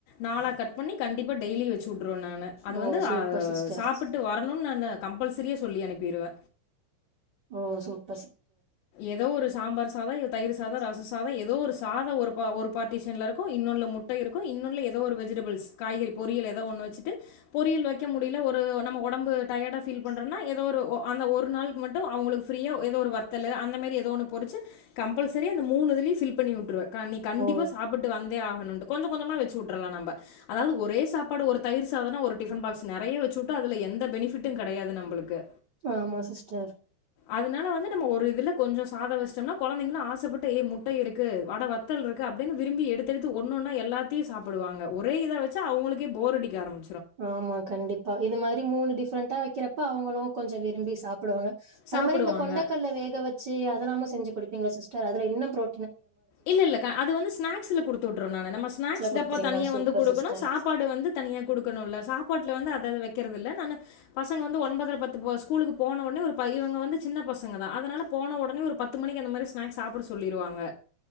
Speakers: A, on the left; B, on the right.
A: நாலா கட் பண்ணி கண்டிப்பா டெய்லி வெச்சு உட் ட்ருவ நானு அது
B: ஓ
A: வந்து
B: சூப்பர் சிஸ்டர்.
A: சாப்புட்டு வரணுன் நானு கம்பல்சரியாஸ் சொல்லி அனுப்பிருவ
B: ஓ சூப்
A: ஏதோ ஒரு சாம்பார் சாதோ இது தயிருஸ் சாதோ ரசஸ் சாதோ ஏதோ ஒரு சாதோ ஒரு ஒரு பார்டிஷ்ன்ல இருக்கு இன்னொன்ல முட்ட இருக்கு இன்னொன்ல ஏதோ ஒரு வெஜிடேபுல்ஸ் காய்கறி பொறியல் ஏதோ ஒன்னு வெச்சுட்டு பொறியல் வெக்க முடியல ஒரு நம்ப ஒடம்டு டயடா பீல் பன்றனா எதோ ஒரு அந்த ஒரு நாள்கு மட்டு அவுங்களுக்கு ஃப்ரீயா ஏதோ ஒரு வத் தலு அந்த மேரி ஏதோன்னு பொருச்சு கம்பல்செரி அந்த மூணு இதுலயு ஃபில் பண்ணி உட்ருவ கா நீ கண்டிப்பா
B: ஓ
A: சாப்புட்டு வந்தே ஆகண் ன்டு கொஞ்ச கொஞ்சமா வெச்சு உட்டர்லா நம்ப அதாவது ஒரே சாப்பாடு ஒரு தயிர் சாதனா ஒரு டிஃப்பன் பாக்ஸ் நறைய வெச்சுட்டா அதுல எந்த பெனிஃபிட்டுங் கெடையாது நம்பளுக்கு
B: ஆமா சிஸ்டர்
A: அதனால வந் து நம்ம ஒரு இதுல கொஞ்ச சாதோ வெச்சுட்டம்னா கொழந்தைகளு ஆசப்பட்டு ஏ முட்ட இருக்கு வட வத்தல் இருக்கு அப்டின் விரும்பி எடுத்தெடுத்து ஒன்னொன்னா எல்லாத்தையு சாப்புடுவாங்க ஒரே இத வெச்சா அவுங்களுகே போர் அடிக்க ஆரம்
B: ஆமா கண்டிப்பா இது மாரி மூணு டிஃப் ஃப்ரன்டா வைக்கறப்ப அவங்களு கொஞ்ச விரும்பி சாப்புடுவாங்க அது
A: சாப்பிடுவாங்க.
B: மாரி இந்த கொண்டக்கல்ல வேக வச்சு அதுலாமு செஞ்சு குடுபிங்களா சி்ஸ்டர் அதுல இன்னு பரோ
A: இல்லல்ல கா அது வந்து ஸ்நாக்ஸ்ல குடுத்து விட்றுனு நம்ம ஸ்நாக்ஸ்ல
B: குடுத்துறீங்களா?
A: டப்பா தனியா
B: சூப்பர்
A: வந்து குடுக்கணு
B: சிஸ்டர்.
A: சாப்பாடு வந்து தனியா குடு க்கணுல சாப்பாட்டுல வந்து அததது வக்கறதுதில்ல நானு பசங்க வந்து ஒன்பதர பத்துக்கு ஸ்கூலுக்கு போனவுனே ஒரு பைய இங்க வந்து சின்ன பசங்க தா அதனால போன ஒடனே ஒரு பத்து மணிக்கு அந்த மாரி ஸ்நாக்ஸ் சாப்பிட சொல்லிருவாங்க